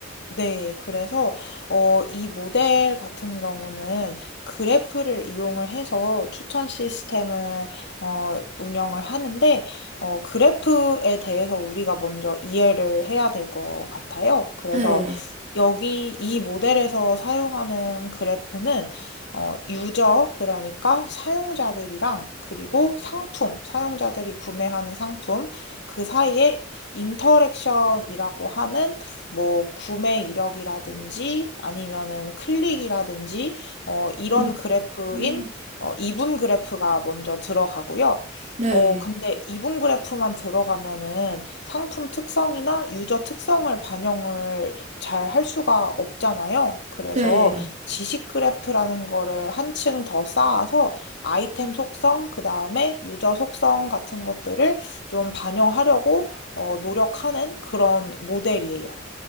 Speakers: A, on the left; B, on the right.
A: 네, 그래서 어, 이 모델 같은 경우는 그래프를 이용을 해서 추천 시스템을 어, 운영을 하는데 어, 그래프에 대해서 우리가 먼저 이해를 해야 될 것 같아요. 그래서
B: 네.
A: 여기 이 모델에서 사용하는 그래프는 어, 유저, 그러니까 사용자들이랑 그리고 상품, 사용자들이 구매하는 상품, 그 사이에 인터랙션이라고 하는 뭐 구매 이력이라든지 아니면은 클릭이라든지 어, 이런
B: 음.
A: 그래프인
B: 음.
A: 어, 이분 그래프가 먼저 들어가고요.
B: 네.
A: 어, 근데 이분 그래프만 들어가면은 상품 특성이나 유저 특성을 반영을 잘 할 수가 없잖아요. 그래서
B: 네.
A: 지식 그래프라는 거를 한 층 더 쌓아서 아이템 속성, 그 다음에 유저 속성 같은 것들을 좀 반영하려고 어, 노력하는 그런 모델이에요.